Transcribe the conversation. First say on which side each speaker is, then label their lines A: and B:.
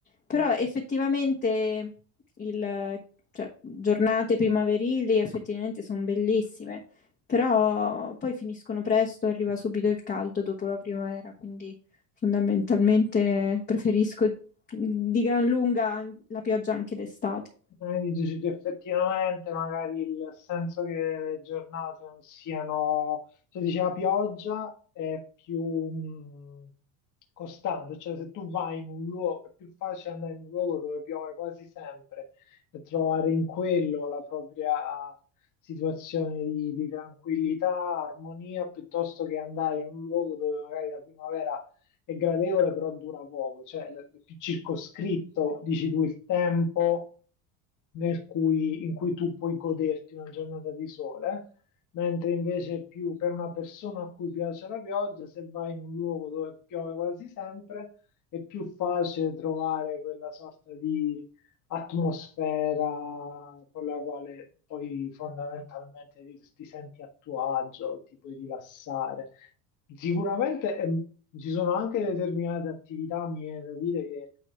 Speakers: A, on the left; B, on the left.
A: Però
B: ah.
A: effettivamente il, cioè, giornate primaverili effettivamente sono bellissime, però poi finiscono presto, arriva subito il caldo dopo la primavera, quindi fondamentalmente preferisco mm, di gran lunga la pioggia anche d'estate.
B: Eh, dici che effettivamente magari il senso che le giornate non siano, cioè dici la pioggia è più mh, costante, cioè se tu vai in un luogo, è più facile andare in un luogo dove piove quasi sempre e trovare in quello la propria situazione di, di tranquillità, armonia, piuttosto che andare in un luogo dove magari la primavera è gradevole, però dura poco, cioè l- è più circoscritto, dici tu, il tempo nel cui- in cui tu puoi goderti una giornata di sole, mentre invece più per una persona a cui piace la pioggia, se vai in un luogo dove piove quasi sempre, è più facile trovare quella sorta di atmosfera con la quale poi fondamentalmente ti, ti senti a tuo agio, ti puoi rilassare. Sicuramente ehm, ci sono anche determinate attività, mi viene da dire, che